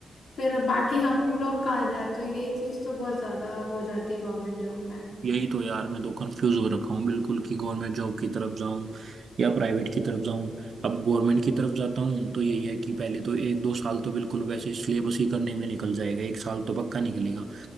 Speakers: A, on the left; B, on the right.
A: फिर अब बाकी हम लोग कहाँ जाए तो ये चीज तो बहुत ज्यादा हो जाती है गवर्नमेंट जॉब में
B: यही तो यार मैं तो कंफ्यूज हो रखा हूँ बिल्कुल कि गवर्नमेंट जॉब की तरफ जाऊँ या प्राइवेट की तरफ जाऊँ अब गवर्नमेंट की तरफ जाता हूँ तो यही है कि पहले तो एक दो साल तो बिल्कुल वैसे सिलेबस ही करने में निकल जाएगा एक साल तो पक्का निकलेगा